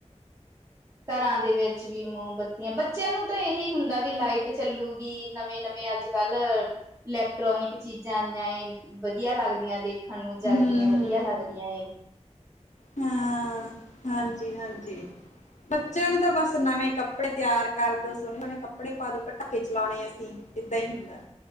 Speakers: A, on the right; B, on the left.
A: ਘਰਾਂ ਦੇ ਵਿੱਚ ਵੀ, ਮੋਮਬੱਤੀਆਂ। ਬੱਚਿਆਂ ਨੂੰ ਤਾਂ, ਇਹੀ ਹੁੰਦਾ ਵੀ, ਲਾਈਟ ਚੱਲੂਗੀ। ਨਵੇਂ- ਨਵੇਂ ਅੱਜ ਕੱਲ ਇਲੈਕਟ੍ਰੋਨਿਕ, ਚੀਜ਼ਾਂ ਆਈਆਂ ਏ। ਵਧੀਆ ਲੱਗਦੀਆਂ ਦੇਖ ਨੂੰ ਜਗਦੀਆਂ,
B: ਹਮ
A: ਵਧੀਆ
B: ਹਮ
A: ਲੱਗਦੀਆਂ ਏ।
B: ਹਾਂ। ਹਾਂਜੀ- ਹਾਂਜੀ। ਬੱਚਿਆਂ ਨੂੰ ਤਾਂ ਬਸ, ਨਵੇਂ ਕੱਪੜੇ ਤਿਆਰ ਕਰਦੋ। ਸੋਹਣੇ- ਸੋਹਣੇ, ਕੱਪੜੇ ਪਾ ਦੋ। ਪਟਾਕੇ ਚਲਾਉਣੇ ਅਸੀਂ। ਏਦਾਂ ਹੀ, ਹੁੰਦਾ।